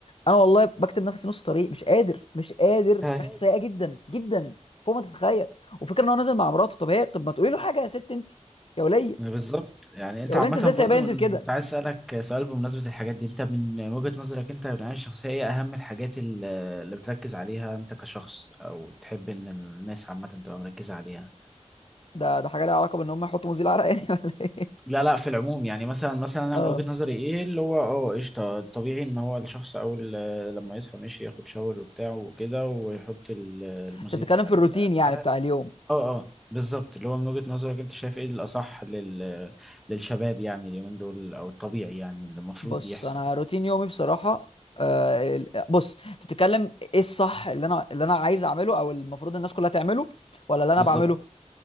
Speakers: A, on the left; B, in the centre.
A: انا والله بكتب نفسي نص طريق مش قادر مش قادر
B: <laughs>
A: ريحته سيئه جدا جدا فوق ما تتخيل وفكره ان هو نازل مع مراته طب هي طب ما تقولي له حاجه يا ست انت يا وليه
B: بالظبط يعني انت
A: يا وليه
B: عامة
A: انت ازاي سايباه
B: برضو
A: ينزل
B: من
A: كده
B: كنت عايز اسألك سؤال بمناسبة الحاجات دي انت من وجهة نظرك انت من العناية الشخصية ايه اهم الحاجات ال- اللي بتركز عليها انت كشخص او تحب ان الناس عامة تبقى مركزة عليها
A: ده ده حاجه ليها علاقه بان هم يحطوا مزيل عرق يعني <laughs> ولا ايه
B: لا لا في العموم يعني مثلا مثلا انا
A: اه
B: من وجهة نظري ايه اللي هو اه قشطة طبيعي ان هو الشخص اول لما يصحى ماشي ياخد شاور وبتاع وكده ويحط ال- المذيب
A: انت بتتكلم
B: بتاع
A: في الروتين
B: ال-
A: يعني
B: عارف
A: بتاع اليوم
B: اه اه بالظبط اللي هو من وجهة نظرك انت شايف ايه الاصح لل... للشباب يعني اليومين دول او الطبيعي يعني اللي المفروض
A: بص
B: يحصل
A: انا
B: يعني.
A: روتين يومي بصراحه آه ال- بص انت بتتكلم ايه الصح اللي انا اللي انا عايز اعمله او المفروض الناس كلها تعمله ولا اللي انا
B: بالظبط
A: بعمله